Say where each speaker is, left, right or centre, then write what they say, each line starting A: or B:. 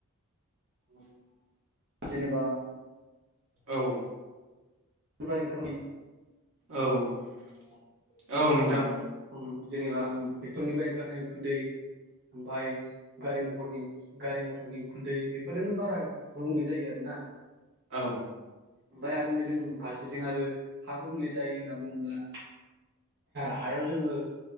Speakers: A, on the right; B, on the right.
A: <inaudible>
B: जेनेबा
A: औ ।
B: <unintelligible>
A: औ । औ नोंथां ।
B: ओम जेनेबा <unintelligible> ओंखारनाय उखुन्दै ओमफाय गारि <unintelligible> गारि मथरनि उखुन्दै बेफोरजोंनो बारा गुबुंले जायो आरो ना ।
A: औ
B: ओमफाय आरो <unintelligible> <unintelligible> आरो हा गुबुंले जायो ओनना बुङोब्ला हायाव जोङो